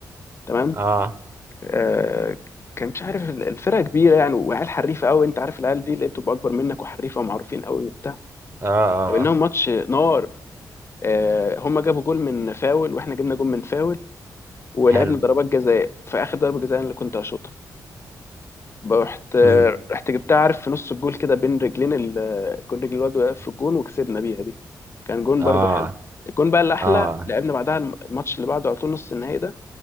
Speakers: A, on the left (about 35°); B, on the right (about 30°).
A: تمام
B: اه
A: آه، كان مش عارف ال- الفرقه كبيره يعني وعيال حريفه قوي انت عارف العيال دي اللي بتبقى اكبر منك وحريفه ومعروفين قوي وبتاع
B: اه اه
A: قابلناهم ماتش نار آه، هم جابوا جول من فاول واحنا جبنا جول من فاول ولعبنا
B: حلو
A: ضربات جزاء في اخر ضربه جزاء انا اللي كنت هشوطها رحت آه،
B: امم
A: رحت جبتها عارف في نص الجول كده بين رجلين ال- آه، كل رجل الواد واقف في الجون وكسبنا بيها دي كان جون
B: اه
A: برضو حلو الجون بقى الاحلى
B: اه
A: لعبنا بعدها الم- الماتش اللي بعده على طول نص النهائي ده